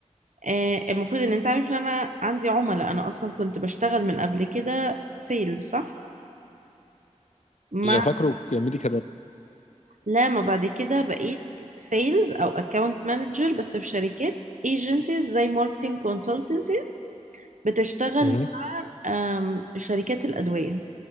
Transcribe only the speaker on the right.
آه، المفروض ان انت عارف ان انا عندي عملاء انا اصلا كنت بشتغل من قبل كده سيلز صح مع
لما بعد كده بقيت سيلز او اكاونت مانجر بس في شركات ايجنسيز زي ماركتنج كونسلتنسيز بتشتغل
آم، شركات الادويه